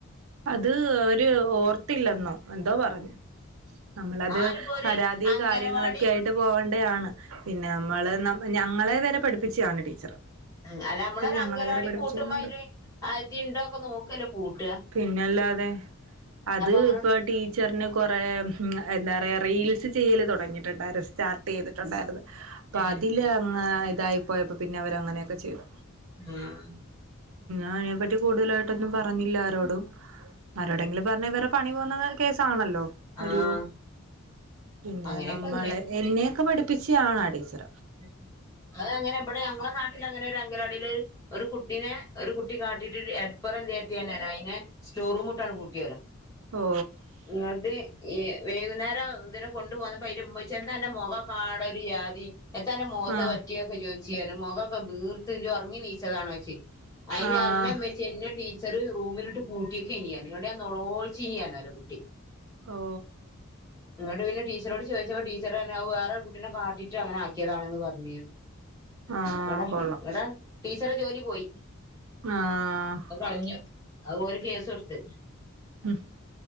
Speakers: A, on the right (about 70°); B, on the left (about 15°).
A: അത് അവര് ഓർത്തില്ലെന്നോ എന്തോ പറഞ്ഞു നമ്മളത്
B: ഞാനിപ്പോ ഒരു
A: പരാതി
B: അംഗനവാടി
A: കാര്യങ്ങളൊക്കെ ആയിട്ട് എന്ന് പോകേണ്ടതാണ് പിന്നെ നമ്മള് ഞങ്ങളെ വരെ പഠിപ്പിച്ചാണ് ടീച്ചർ
B: അല്ല നമ്മളൊരു അങ്കലവാടി
A: ഞങ്ങളെ വരെ പഠിപ്പിച്ചന്നണ്ട്
B: പൂട്ടുമ്പോ അരി ഉണ്ടോ ഒക്കെ നോക്കല്ലേ പൂട്ട
A: പിന്നല്ലാതെ അത്
B: അങ്ങനെ
A: ഇപ്പൊ ടീ ക്ച്ചറിന് കൊറെ എന്താ റയറീൽസ് ചെയ്യൽ തുടങ്ങിയിട്ടുണ്ടായിരുന്നു സ്റ്റാർട്ട് ചെയ്തിട്ടുണ്ടായിരുന്നു പാ
B: ഏഹ്
A: തില് ഇതായി പോയപ്പോ പിന്നെ അവര അങ്ങനെയൊക്കെ ചെയ്തു
B: ഉം <inaudible>
A: ആ അയി നെപ്പറ്റി കൂടുതലായിട്ടൊന്നും പറഞ്ഞില്ല ആരോടും ആരോടെങ്കിലും പറഞ്ഞ ഇവറെ പണി പോകുന്ന കേസാണല്ലോ
B: ആഹ്
A: ഒരു പിന്നെ
B: അങ്ങനെയൊക്കെ
A: നമ്മള്
B: ഉണ്ട്
A: എന്നെയൊക്കെ പഠിപ്പിച്ചാളാണ് ടീച്ചർ
B: ഉ അ അതങ്ങനെ ഇവടെ ഞങ്ങളെ നാട്ടിൽ അങ്ങനെ ലാ ഒരു കുട്ടിനെ ഒരു കുട്ടി കാട്ടിട്ട് അൽപ്പറം എന്ത് ചെയ അയിെ <unintelligible> സ്റ്റോർറൂം ഇട്ടാണ് പൂട്ടിയാല <inaudible>
A: ഓ
B: ന്നിട്ട് എഈ വൈകുന്നേരം ഇതിനെ കൊണ്ടു പൊന്നപ്പോ അതിൻ്റെ ഉമ്മച്ചി എന്ധൻ്റെ മുഖം പാടൊരിയാ തി എന്താണ് ൻ്റെ മുഖത്ത്
A: ആഹ്
B: പറ്റിയൊക്കെ ചോദിച്ചിഞാൻ മുഖമൊക്കെ വീർത്ത് ഉറങ്ങി നീച്ചതണോ ചോയിച്ച് അയിന്
A: ആഹ്
B: എന്നമേൽ എന്നെ ടീച്ചർ റൂമിലിട്ട് പൂട്ടിയിട്ട് ഇനിയാ ഇവിടെ നളോഴചീ ഇനിയാനോല് കുട്ടി
A: ഓ
B: ഇങ്ങോട്ട് പിന്നെ ടീച്ചറോട് ചോദിച്ചപ്പോ ടീച്ചർ പറഞ്ഞി അത് വേറെ എന്നെ കാട്ടിട്ട് അങ്ങനെ ആക്കിയതാണെന്ന് പറഞ്ഞര്
A: ആഹ്
B: ടെ
A: കൊള്ളാം
B: ങ്ങടെ ടീച്ചറെ ജോലി പോയി
A: ആ <inaudible>
B: കളഞ്ഞു അത് ഓല് കേസ് കൊടുത്ത്
A: മ <unintelligible>